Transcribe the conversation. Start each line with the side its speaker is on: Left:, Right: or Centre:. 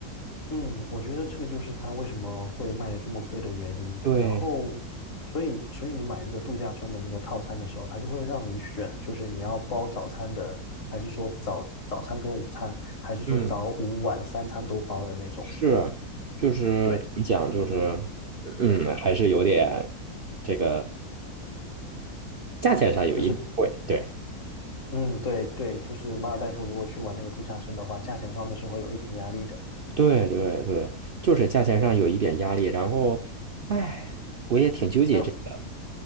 Left: 嗯，我觉得这个就是它为什么会卖的这么贵的原因。
Right: 对，
Left: 然后，所以所以你买那个度假村的那个套餐的时候，它就会让你选，就是你要包早餐的，还是说早早餐跟午餐，还是说早午晚三餐都包的那种。
Right: 嗯，是，就是怎么讲，
Left: 对，
Right: 就是嗯，还是有点这个价钱上有一点贵，
Left: 就是
Right: 对。
Left: 嗯，对对，就是马尔代夫如果去玩那个度假村的话，价钱上面是会有一点压力的。
Right: 对对对，就是价钱上有一点压力，然后，哎，我也挺纠结这个。
Left: 那